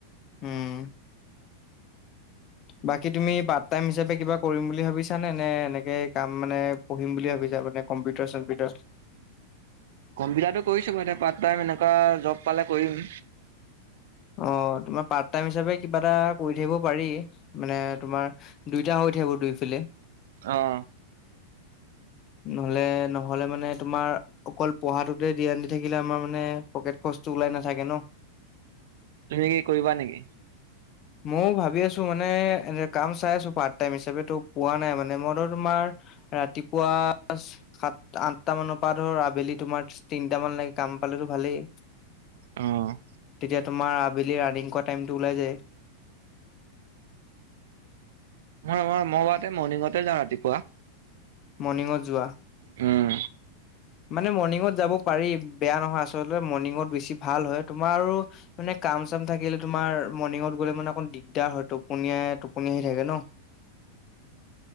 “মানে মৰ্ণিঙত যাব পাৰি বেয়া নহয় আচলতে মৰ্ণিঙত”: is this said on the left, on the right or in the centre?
Left